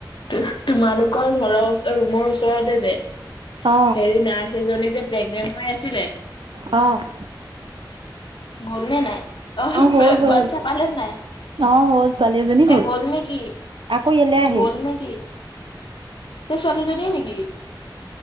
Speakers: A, on the left (about 70°); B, on the right (about 85°).
A: তো-তোমালোকৰ ঘৰৰ ওচৰ ৰুমৰ ওচৰতে যে
B: অ
A: হেৰি নাৰ্ছ এজনী যে প্ৰেগনেন্ট হৈ আছিলে।
B: অ'।
A: গলনে নাই অ'
B: হ'ল
A: পে
B: হ'ল
A: বাচ্ছা পালে নে নাই?
B: অ হ'ল ছোৱালী এজনী
A: এতিয়া
B: হ'ল
A: গল নেকি?
B: আকৌ ইয়ালৈ আহিল
A: গল নেকি? সেই ছোৱালীজনীয়ে নেকি?